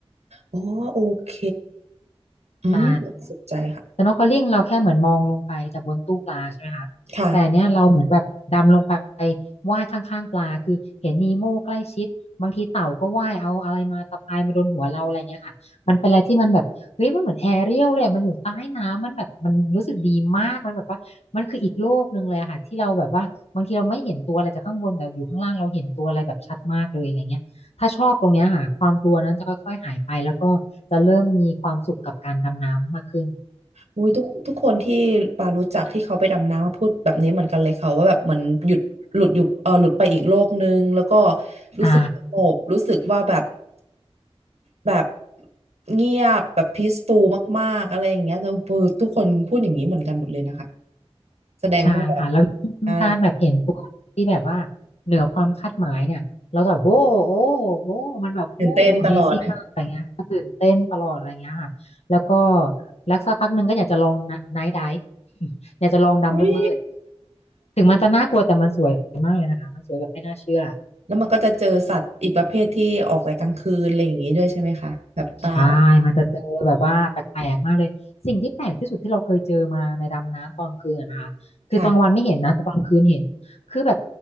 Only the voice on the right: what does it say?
อ๋อโอเคอืม่าสนใจค่ะ
ค่ะ
อุ้ยทุกทุกคนที่ปารู้จักที่เขาไปดำน้ำพูดแบบนี้เหมือนกันเลยค่ะว่าแบบเหมือนหยุดหลุดอยู่เออหลุดไปอีกโลกนึงแล้วก็รู้สึกสงบรู้สึกว่าแบบ
แบบเงียบแบบ peaceful มากๆอะไรอย่างเงี้ยเออทุกคนพูดอย่างนี้เหมือนกันหมดเลยนะคะแสดงว่าแบบ
อ่า
ตื่นเต้นตลอด
อุ๊ย
แล้วมันก็จะเจอสัตว์อีกประเภทที่ออกแต่กลางคืนอะไรอย่างนี้ด้วยใช่ไหมคะแบบปลาแบบ
ค่ะ